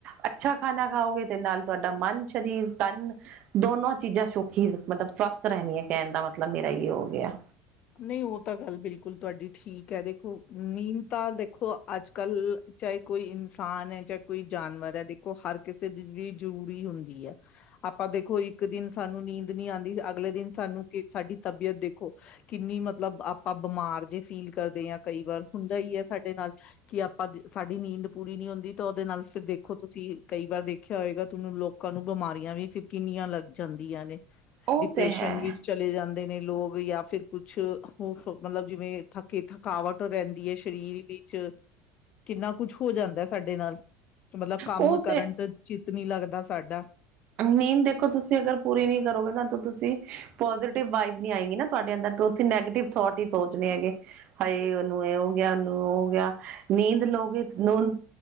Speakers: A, on the right; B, on the left.
A: ਅੱਛਾ ਖਾਣਾ ਖਾਓਗੇ ਤੇ ਨਾਲ ਤੁਹਾਡਾ ਮਨ ਸਰੀਰ ਤਨ ਦੋਨੋ ਚੀਜ਼ਾਂ ਸੌਖੀ ਮਤਲਬ ਸਵਸਥ ਰਹਿਣੀੀਆਂ ਕਹਿਣ ਦਾ ਮਤਲਬ ਮੇਰਾ ਹੋ ਗਿਆ
B: ਨਹੀਂ ਉਹ ਤਾਂ ਗੱਲ ਬਿਲਕੁਲ ਤੁਹਾਡੀ ਠੀਕ ਹੈ ਦੇਖੋ ਨੀਂਦ ਤਾਂ ਦੇਖੋ ਅੱਜ ਕੱਲ ਚਾਹੇ ਕੋਈ ਇਨਸਾਨ ਹੈ ਚਾਹੇ ਕੋਈ ਜਾਨਵਰ ਹੈ ਦੇਖੋ ਹਰ ਕਿਸੇ ਦੀ ਜਿ ਜ਼ਰੂਰੀ ਹੁੰਦੀ ਹੈ ਆਪਾਂ ਦੇਖੋ ਇੱਕ ਦਿਨ ਸਾਨੂੰ ਨੀਂਦ ਨਹੀਂੀ ਆਉਂਦੀ ਅਗਲੇ ਦਿਨ ਸਾਨੂੰ ਸਾਡੀ ਤਬੀਅਤ ਦੇਖੋ ਕਿੰਨੀ ਮਤਲਬ ਆਪਾਂ ਬਿਮਾਰ ਜੇ ਫੀਲ ਕਰਦੇ ਹਾਂ ਕਈ ਵਾਰ ਹੁੰਦਾ ਹੀ ਹੈ ਸਾਡੇ ਨਾਲ ਕਿ ਆਪਾਂ ਸਾਡੀ ਨੀਂਦ ਪੂਰੀ ਨੀ ਹੁੰਦੀ ਤਾਂ ਉਹਦੇ ਨਾਲ ਫਿਰ ਦੇਖੋ ਤੁਸੀਂ ਕਈ ਵਾਰ ਦੇਖਿਆ ਹੋਏਗਾ ਤਨੂੰ ਲੋਕਾਂ ਨੂੰ ਬਿਮਾਰੀਆਂ ਵੀ ਕਿੰਨੀਆਂ ਲੱਗ ਜਾਂਦੀਆਂ ਨੇ
A: ਉਹ
B: ਡਿਪ੍ਰੈਸ਼ਨ
A: ਤੇ ਹੈ।
B: ਵਿੱਚ ਚਲੇ ਜਾਂਦੇ ਨੇ ਲੋਕ ਜਾਂ ਫਿਰ ਕੁਛ ਉਹੈਐ ਮਤਲਬ ਜਿਵੇਂ ਥੱਕ ਥਕਾਵਟ ਰਹਿੰਦੀ ਹੈ ਸਰੀਰ ਵਿੱਚ ਕਿੰਨਾ ਕੁਛ ਹੋ ਜਾਂਦਾ ਸਾਡੇ ਨਾਲ ਮਤਲਬ ਕੰਮ
A: ਉਹ
B: ਕਰੰਟ ਚਿੱਤ ਨ ਲੱਗਦਾ ਸਾਡਾ
A: ਮੇਨ ਦੇਖੋ ਤੁਸੀਂ ਅਗਰ ਪੂਰੀ ਨੀ ਕਰੋਗੇ ਨਾ ਤਾਂ ਤੁਸੀਂ ਪੋਜ਼ਟਿਵ ਵਾਈਬ ਨ ਆਏਗੀ ਨਾ ਤੁਹਾਡੇ ਅੰਦਰ ਉਸੀਂ ਨੈਗੇਟਿਵ ਥੋਟ ਹੀ ਸੋਚਣੇ ਹੈਗੇ ਹਏ ਉਹਨੂੰ ਇਹ ਹੋ ਗਿਆ ਉਹਨੂੰ ਹੋ ਗਿਆ ਨੀਂਦ ਲੋਗੇ ਨੂਨ